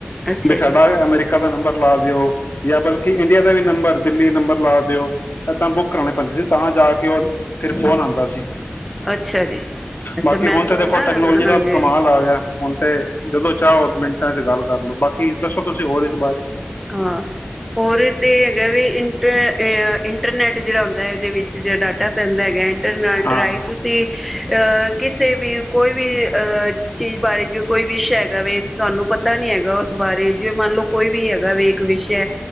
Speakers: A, in the centre; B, on the left (about 60°).
A: ਅੱਛਾ
B: ਵੀ ਸਾਡਾ
A: ਜੀ
B: ਅਮਰੀਕਾ ਕਾ ਦਾ ਨੰਬਰ ਲਾ ਦਿਓ ਜਾਂ ਬਲਕਿ ਇੰਡੀਆ ਦਾ ਵੀ ਨੰਬਰ ਦਿੱਲੀ ਨੰਬਰ ਲਾ ਦਿਓ। ਏਦਾਂ ਬੁੱਕ ਕਰਾਉਣੇ ਪੈਂਦੇ ਸੀ ਤਾਂ ਜਾ ਕੇ ਉਹ ਫਿਰ ਫੋਨ ਆਉਂਦਾ ਸੀ।
A: ਅੱਛਾ ਜੀ ਅੱਛਾ
B: ਬਾਕੀ
A: ਮੈਨੂੰ
B: ਹੁਣ ਤਾਂ ਦੇਖੋ
A: ਨਾ
B: ਟੈਕਨੋਲੋਜੀ ਦਾ
A: ਹਾਂਜੀ
B: ਕਮਾਲ ਆ ਗਿਆ। ਹੁਣ ਤੇ ਜਦੋ ਚਾਓ ਓਰ ਮਿੰਟ ਚ ਗੱਲ ਕਰ ਲੋ ਬਾਕੀ ਕੀ ਦੱਸੋ ਤੁਸੀਂ ਹੋਰ ਇਸ ਬਾਰੇ
A: ਹਾਂ ਹੋਰ ਤੇ ਹੈਗਾ ਵੀ ਇੰਟਰ ਐ ਇੰਟਰਨੈਟ ਜਿਹੜਾ ਹੁੰਦਾ ਹੈ ਇਹਦੇ ਵਿੱਚ ਜਿਹੜਾ ਡਾ ਟਾ ਪੈਂਦਾ ਹੈਗਾ ਇੰਟਰਨੈਟ
B: ਹਾਂ
A: ਰਾਹੀਂ ਤੁਸੀਂ ਅਹ ਕਿਸੇ ਵੀ ਕੋਈ ਵੀ ਅਹ ਚੀਜ਼ ਬਾਰੇ ਜੋ ਕੋਈ ਵੀ ਸ਼ੈਰ ਗਾ ਵ ਤੁਹਾਨੂੰ ਪਤਾ ਨੀ ਹੈਗਾ ਉਸ ਬਾਰੇ ਜੇਵੇਂ ਮੰਨ ਲਓ ਕੋਈ ਵੀ ਹੈਗਾ ਗਵੇ ਇੱਕ ਵਿਸ਼ਾ ਹੈ